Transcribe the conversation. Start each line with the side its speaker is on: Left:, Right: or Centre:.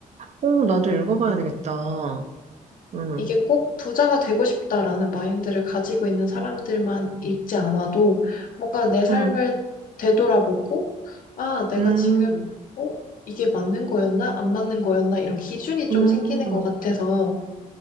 Right: 오, 나도 읽어봐야 되겠다. 음,
Left: 이게 꼭 부자가 되고 싶다라는 마인드를 가지고 있는 사람들만 읽지 않아도 뭔가 내 삶을
Right: 음,
Left: 되돌아보고, 아, 내가
Right: 음,
Left: 지금, 어, 이게 맞는 거였나? 안 맞는 거였나? 이런 기준이 좀
Right: 음.
Left: 생기는 것 같아서